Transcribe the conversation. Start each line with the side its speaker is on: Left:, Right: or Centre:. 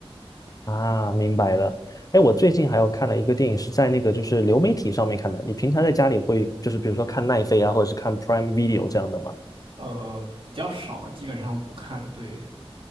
Left: 啊，明白了。哎，我最近还有看了一个电影，是在那个就是流媒体上面看的。你平常在家里会就是比如说看奈飞啊，或者是看 Prime Video 这样的吗？
Right: 呃，比较少吧，基本上不看。对，